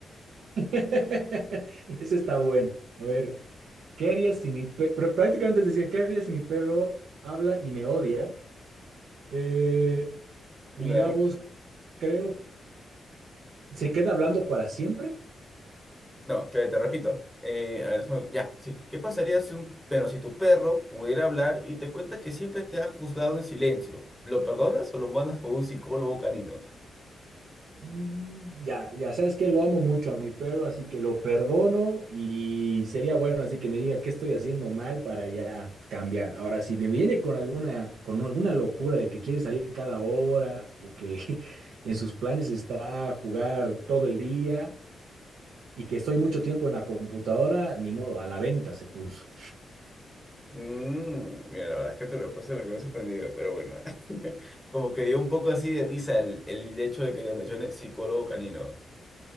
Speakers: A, on the right; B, in the centre.
A: <laughs> Ese está bueno. A ver, ¿qué haría si mi perro... Pero prácticamente decía, ¿qué haría si mi perro habla y me odia? Eh, mira
B: Claro.
A: vos, creo, ¿se queda hablando para siempre?
B: No, que te repito. eh, a ver, déjame- ya, sí. ¿Qué pasaría si un, pero si tu perro pudiera hablar y te cuenta que siempre te ha juzgado en silencio? ¿Lo perdonas o lo mandas con un psicólogo canino?
A: Mm, Ya, ya sabes que lo amo mucho a mi perro, así que lo perdono y sería bueno así que me diga qué estoy haciendo mal para ya cambiar. Ahora, si me viene con alguna, con alguna locura de que quiere salir cada hora o que <laughs> en sus planes está jugar todo el día y que estoy mucho tiempo en la computadora, ni modo, a la venta se puso.
B: Mm, mira, la verdad es que tu respuesta me quedó sorprendido, pero bueno. <laughs> Como que dio un poco así de risa el, el hecho de que te mencione psicólogo canino.